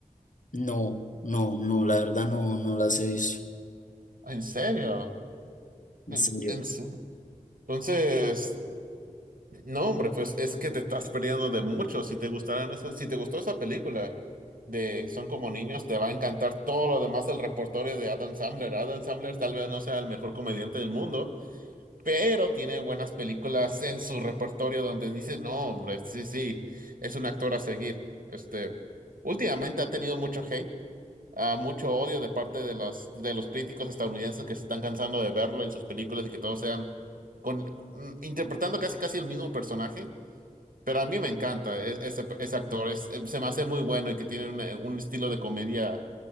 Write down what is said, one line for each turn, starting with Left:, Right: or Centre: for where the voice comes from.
Left: No, no, no, la verdad no, no las he visto.
Right: ¿En serio?
Left: En
Right: En,
Left: serio.
Right: en su- Entonces, no, hombre, pues es que te estás perdiendo de mucho. Si te gustaran esas, si te gustó esa película de Son como niños, te va a encantar todo lo demás del repertorio de Adam Sandler. Adam Sandler tal vez no sea el mejor comediante del mundo, pero tiene buenas películas en su repertorio donde dices no, hombre, sí, sí, es un actor a seguir. Este, últimamente ha tenido mucho hate, ah, mucho odio de parte de las, de los críticos estadounidenses que se están cansando de verlo en sus películas y que todos sean con, mm, interpretando casi casi el mismo personaje. Pero a mí me encanta e- ese, ese actor, es, eh, se me hace muy bueno y que tiene un, eh, un estilo de comedia